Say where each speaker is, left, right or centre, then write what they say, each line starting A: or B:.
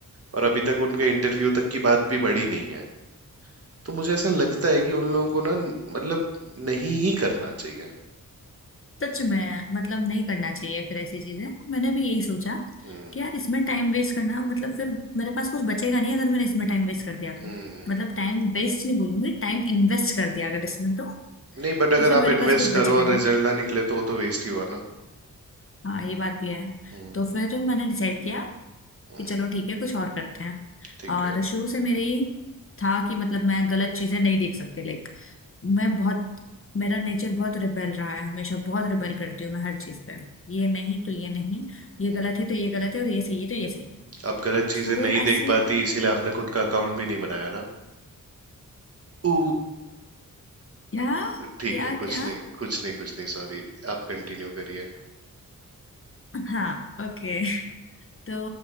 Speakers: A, on the right; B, on the left.
A: और अभी तक उनके इंटरव्यू तक की बात भी बढ़ी नहीं है तो मुझे ऐसा लगता है कि उन लोगों को ना मतलब नहीं ही करना चाहिए
B: सच में मतलब नहीं करना चाहिए फिर ऐसी चीजें मैंने भी यही सोचा
A: हम्म
B: कि यार इसमें टाइम वेस्ट करना मतलब फिर मेरे पास कुछ बचेगा नहीं अगर मैंने इसमें टाइम वेस्ट कर दिया तो
A: हम्म हम्म।
B: मतलब टाइम वेस्ट नहीं बोलूंगी टाइम इन्वेस्ट कर दिया अगर इसमें तो
A: नहीं बट अगर
B: तो फिर
A: आप
B: मेरे
A: इन्वेस्ट
B: पास कुछ बचेगा
A: करो और
B: नहीं
A: रिजल्ट ना निकले तो वो तो वेस्ट ही हुआ ना
B: हाँ ये बात भी है
A: हम्म
B: तो फिर मैंने डिसाइड किया
A: हम्म,
B: कि चलो ठीक है कुछ और करते हैं
A: ठीक
B: और
A: है
B: शुरू से मेरे ये था कि मतलब मैं गलत चीजें नहीं देख सकती लाइक मैं बहुत मेरा नेचर बहुत रिबेल रहा है हमेशा बहुत रिबेल करती हूँ मैं हर चीज पे ये नहीं तो ये नहीं ये
A: हम्म
B: गलत है तो ये गलत है और ये सही है तो ये सही है
A: आप गलत चीजें
B: तो
A: नहीं
B: ऐसे
A: देख पाती इसीलिए आपने खुद का अकाउंट भी नहीं बनाया ना ऊ,
B: क्या
A: ठीक
B: क्या
A: है कुछ
B: क्या
A: नहीं कुछ नहीं कुछ नहीं सॉरी आप कंटिन्यू करिए
B: हाँ ओके
A: हम्म
B: तो